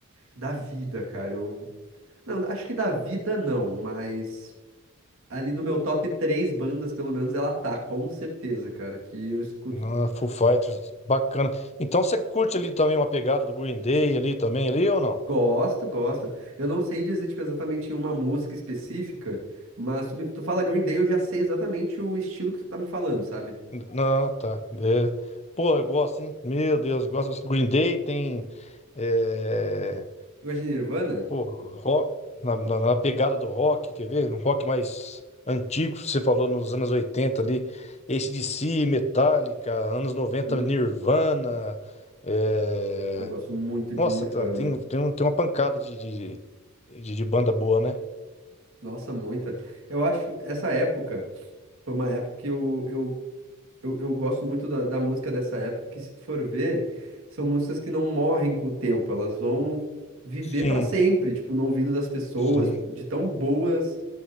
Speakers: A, on the right (about 65°); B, on the left (about 30°).
A: da vida, cara. Eu... Não, acho que da vida não, mas ali no meu top três bandas, pelo menos, ela tá, com certeza, cara. Que eu escuto
B: Ah, Foo Fighters, bacana. Então você curte ali também uma pegada do Green Day ali também, ali ou não?
A: Gosto, gosto. Eu não sei dizer, tipo, exatamente uma música específica, mas tu, me- tu fala Green Day, eu já sei exatamente o estilo que tu tá me falando, sabe?
B: Não, tá. É. Pô, eu gosto, hein? Meu Deus, eu gosto do Green Day, tem. é,
A: Tu gosta de Nirvana?
B: Pô, rock, na, na- na pegada do rock, quer ver? Um rock mais antigo, você falou nos anos 80 ali. AC/DC, Metallica, anos noventa,
A: Hum,
B: Nirvana. eh,
A: eu gosto muito de
B: Nossa,
A: Nirvana.
B: tá, tem, tem, um- tem uma pancada de, de, de, de banda boa, né?
A: Nossa, muita. Eu acho que essa época foi uma época que eu, eu, eu, eu gosto muito da, da música dessa época, que se tu for ver, são músicas que não morrem com o tempo, elas vão viver
B: Sim,
A: pra sempre, tipo, no ouvido das pessoas,
B: sim,
A: de tão boas.